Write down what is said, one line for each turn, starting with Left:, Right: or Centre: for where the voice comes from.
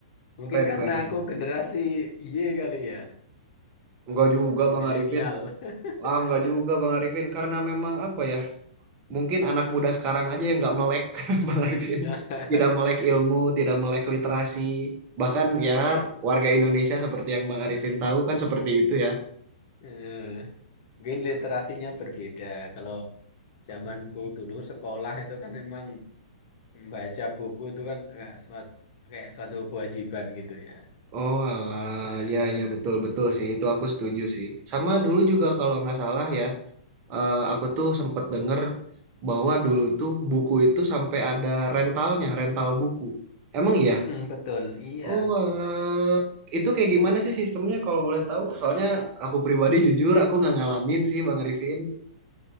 Right: <laughs>
Left: Mungkin
Right: keren
Left: karena
Right: keren banget.
Left: aku generasi Y kali ya,
Right: Enggak juga
Left: milenial.
Right: Bang Arifin
Left: <laughs>
Right: ah enggak juga Bang Arifin karena memang apa ya mungkin anak muda sekarang aja yang nggak melek <laughs> Bang Arifin
Left: Nah,
Right: tidak
Left: <laughs>
Right: melek ilmu tidak melek literasi bahkan ya
Left: Ya,
Right: warga Indonesia seperti yang Bang Arifin tahu kan seperti itu ya
Left: eh, Mungkin literasinya berbeda. Kalau zamanku dulu sekolah itu kan memang membaca buku itu kan kayak suatu, kayak suatu kewajiban gitu ya.
Right: Oh alah,
Left: Eh, eh,
Right: ya ya betul betul sih itu aku setuju sih. Sama dulu juga kalau nggak salah ya, eh, aku tuh sempet denger bahwa dulu tuh buku itu sampai ada rentalnya, rental buku. Emang iya?
Left: mm-mm, betul, iya.
Right: Oh alah, itu kayak gimana sih sistemnya kalau boleh tahu? Soalnya aku pribadi jujur aku nggak ngalamin sih Bang Arifin.